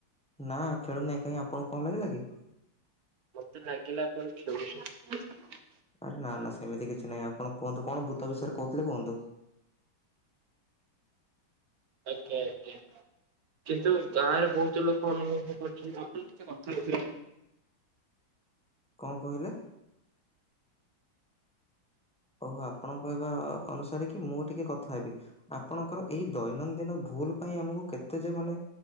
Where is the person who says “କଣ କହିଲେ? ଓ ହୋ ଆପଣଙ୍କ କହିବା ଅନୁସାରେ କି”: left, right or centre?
Centre